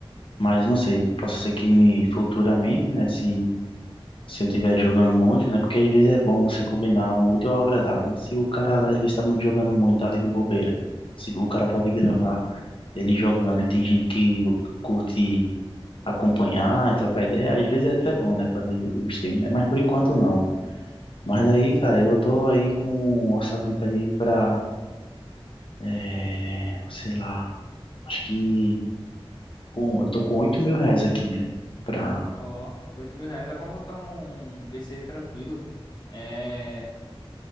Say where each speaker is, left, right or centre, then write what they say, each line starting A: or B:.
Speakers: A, on the left; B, on the left.
A: mas não sei, posso ser que me, futuramente, né, se, se eu tiver jogando muito, né, porque às vezes é bom você combinar o útil ao agradável, né, se o cara às vezes tá muito jogando muito, tá ali de bobeira, se o cara pode gravar ele jogando e tem gente que curte acompanhar e trocar ideia, às vezes
B: Sim.
A: é até bom, né, fazer o stream, né, mas por enquanto não. Mas aí, cara, eu tô aí com um orçamento aí pra, é, sei lá, acho que com, eu tô com oito mil reais aqui, velho, pra...
B: Ó, ó, 8 mil reais dá pra montar um PC tranquilo. É,